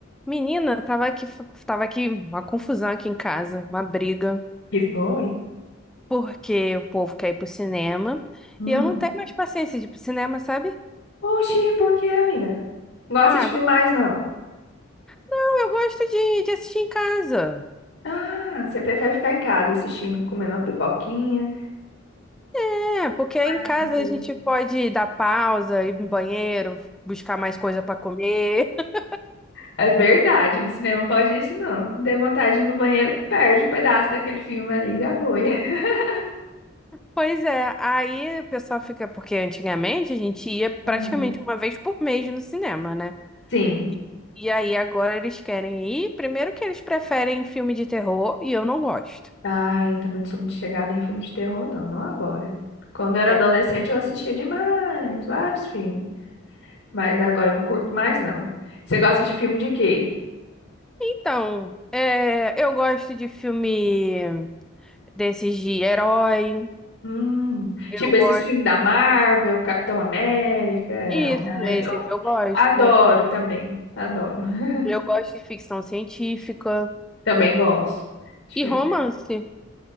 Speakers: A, in the centre; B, on the left.
A: Menina, tava aqui, tava aqui uma confusão aqui em casa, uma briga,
B: Que foi?
A: porque o povo quer ir pro cinema
B: Hum.
A: e eu não tenho mais paciência de ir pro cinema, sabe?
B: Oxi, por quê, amiga? Gosta
A: Ah,
B: de
A: agora
B: filmar, não?
A: não, eu gosto de, de assistir em casa.
B: Ah, você prefere ficar em casa assistindo, comendo uma pipoquinha,
A: É, porque em
B: mais
A: casa
B: tranquilo.
A: a gente pode dar pausa, ir no banheiro, buscar mais coisa pra comer. <laughs>
B: É verdade, no cinema não pode isso, não. Dê vontade de ir no banheiro, perde o pedaço daquele filme ali, já foi. <laughs>
A: Pois é, aí o pessoal fica, porque antigamente a gente ia praticamente
B: Aham.
A: uma vez por mês no cinema, né?
B: Sim.
A: E e aí agora eles querem ir, primeiro que eles preferem filme de terror e eu não gosto.
B: Ai, eu também não sou muito chegada em filme de terror, não, não agora. Quando eu era
A: É.
B: adolescente, eu assistia demais, vários filmes. Mas agora eu não curto mais, não. Você gosta de filme de quê?
A: Então, é, eu gosto de filme desses de herói.
B: Hum,
A: Eu
B: tipo
A: gosto.
B: esses filmes da Marvel, Capitão América,
A: Isso,
B: Homem-Aranha,
A: esses
B: eu
A: eu gosto.
B: adoro também, adoro. <laughs>
A: Eu gosto de ficção científica
B: Também gosto de
A: e
B: filme.
A: romance.